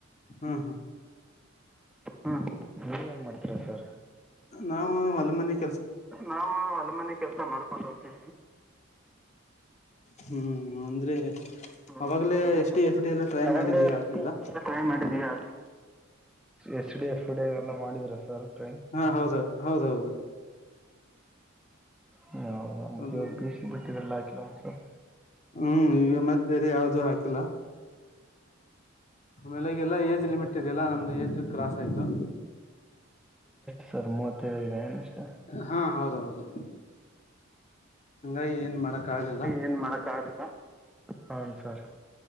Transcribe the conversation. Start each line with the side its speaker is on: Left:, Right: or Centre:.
Left: ಹಾ ಹಾ
Centre: ಹ ನೀನ್ ಏನ್ ಮಾಡ್ತೀರಾ ಸರ್.
Left: ನಾವು ಹೊಲಮನೆಗೆ
Centre: ನಾವು ಅಲ ಮನೆ ಕೆಲ್ಸ ಮಾಡ್ಕೊಂಡು ಹೋಗ್ತೇವಿ.
Left: ಹ್ಮ್ ಅಂದ್ರೆ
Centre: ಹ್ಮ್
Left: ಅವಾಗ್ಲೇ ಎಸ್ ಟಿ ಎಫ್ ಡಿ ಎಲ್ಲ ಟ್ರೈ
Centre: ಆಗ್ಲೇೈ
Left: ಮಾಡಿದ್ವಿ ಆಗ್ಲಿಲ್ಲ
Centre: <inaudible> ಮಾಡಿದೀಯಾ. ಎಸ್ ಡಿ ಎಫ ಡಿ ಎಲ್ಲ ಮಾಡಿದ್ರ ಸರ್. ಟ್ರೈ
Left: ಹಾ ಹೌದ -ಹೌದೌದು.
Centre: ಹ ಹೌದಾ ಮತ್ತೆ
Left: ಅದು
Centre: ಇವಾಗ ಪಿ ಸಿ ಬಿಟ್ಟಿದ್ರಲ್ಲ ಹಾಕಿಲ್ಲ ಒಂದುಸರ್.
Left: ಹ್ಮ್ ಈಗ ಮತ್ತ್ ಬೇರೆ ಯಾವ್ದು ಹಾಕಿಲ್ಲ. ಆಮೇಲೆ ಈ ಎಲ್ಲಾ ಏಜ್ ಲಿಮಿಟ್ ಇದೆ ಎಲ್ಲಾ ನಮ್ದು ಏಜ್ ಕ್ರಾಸ್ ಆಯ್ತು.
Centre: ಸರ್ ಮೂವತ್ಯೆದಾ ಎಷ್ಟು
Left: ಹಾ ಹೌದೌದು ಹಂಗ ಏನ್ ಮಾಡಕ್ ಆಗ್ಲಿಲ್ಲ.
Centre: ಏನ್ ಮಾಡಕ್ ಆಗಲ್ಲ ಹಾನ್ ಸರ್